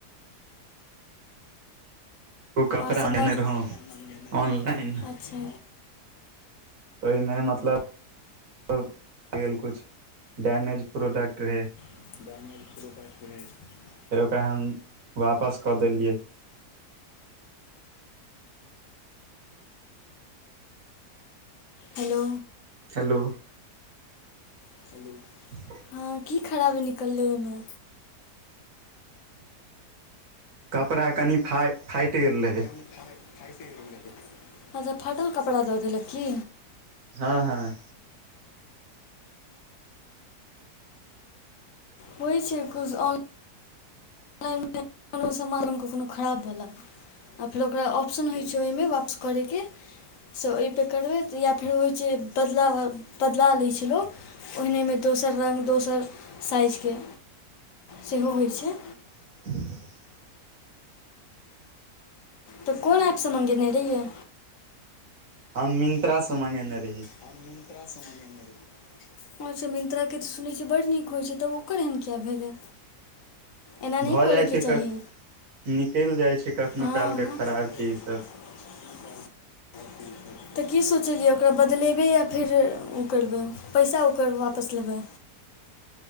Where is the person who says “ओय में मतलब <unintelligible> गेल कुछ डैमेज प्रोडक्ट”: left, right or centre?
Right